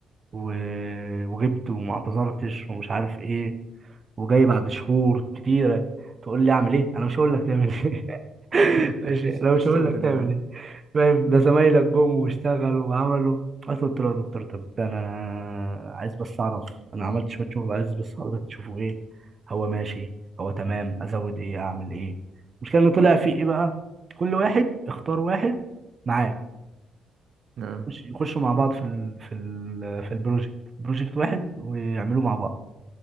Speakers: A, on the right (about 40°); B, on the right (about 65°).
A: و... وغبت وما اعتذرتش ومش عارف ايه وجاي بعد شهور كتيره تقول لي اعمل ايه انا مش هقول لك تعمل ايه
B: <laughs>
A: <laughs> ماشي انا مش
B: الشغل
A: هقول لك تعمل
B: ده يا عم
A: ايه فاهم ده زمايلك جم واشتغلوا وعملوا قلت قلت له يا دكتور طب ده انا أنا عايز بس اعرف انا عملت شويه شغل عايز بس حضرتك تشوفه ايه هو ماشي هو تمام ازود ايه اعمل ايه المشكله ان طلع في ايه بقى كل واحد اختار واحد معاه
B: اه
A: يخش- يخشوا مع بعض في ال في ال في البروجكت بروجكت واحد ويعملوا مع بعض